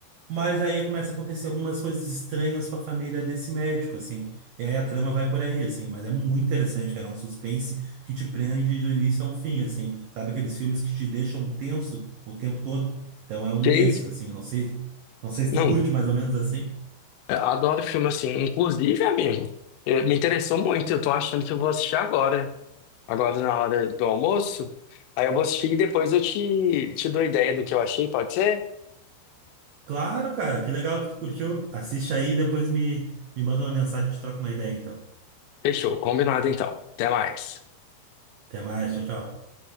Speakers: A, on the right (about 85°); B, on the left (about 85°).
A: mas aí começa a acontecer algumas coisas estranhas com a família desse médico, assim. E aí a trama vai por aí, assim, mas é muito interessante, cara, é um suspense que te prende do início ao fim, assim. Sabe aqueles filmes que te deixam tenso o tempo todo? Então é um
B: Sei.
A: desses, assim, não sei, não sei se
B: Não.
A: tu curte mais ou menos assim.
B: Eu adoro filme assim. Inclusive, amigo, eh, me interessou muito. Eu tô achando que eu vou assistir agora. Agora na hora do almoço. Aí eu vou assistir e depois eu te, te dou ideia do que eu achei, pode ser?
A: Claro, cara, que legal que tu curtiu. Assiste aí, depois me, me manda uma mensagem, a gente troca uma ideia, então.
B: Fechou, combinado então. Até mais.
A: Até mais, tchau, tchau.